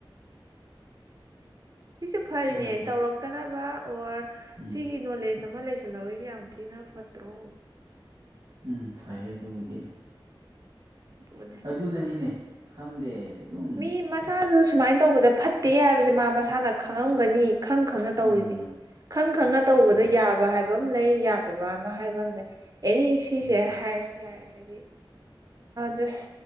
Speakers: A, on the right; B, on the right.
A: <inaudible> ꯁꯤꯁꯨ ꯐꯔꯤꯅꯦ
B: ꯍꯩꯇꯦ
A: ꯇꯧꯔꯛꯇꯅꯕ ꯑꯣꯔ
B: ꯎꯝ
A: ꯁꯤꯒꯤ ꯅꯣꯂꯦꯖ ꯑꯃ ꯂꯩꯁꯜꯍꯧꯔꯤꯁꯦ ꯌꯥꯝ ꯅ ꯐꯠꯇ꯭ꯔꯣ
B: ꯎꯝ ꯐꯩꯌꯦ ꯑꯗꯨꯕꯨꯗꯤ
A: ꯑꯗꯨꯅꯦ
B: ꯑꯗꯨꯅꯅꯤꯅꯦ ꯈꯪꯗꯦ ꯑꯗꯨꯝ
A: ꯃꯤ ꯃꯆꯥꯥꯁꯨ ꯁꯨꯃꯥꯏꯅ ꯇꯧꯕꯗ ꯐꯠꯇꯦ ꯍꯥꯏꯕꯁꯦ ꯃꯥ ꯃꯁꯥꯅ ꯈꯪꯉꯝꯒꯅꯤ ꯈꯪ ꯈꯪꯅ ꯇꯧꯔꯤꯅꯦ
B: ꯎꯝ
A: ꯈꯪ ꯈꯪꯅ ꯇꯧꯕꯗ
B: ꯎꯝ
A: ꯌꯥꯕ ꯍꯥꯏꯕ ꯂꯩ ꯌꯥꯗꯕ ꯑꯃ ꯍꯥꯏꯕ ꯑꯃꯝ ꯂꯩ ꯑꯦꯅꯤ ꯁꯤꯁꯦ
B: ꯎꯝ
A: ꯍꯥꯏꯔꯁꯨ ꯌꯥꯏ ꯍꯥꯏꯗꯤ ꯖꯁ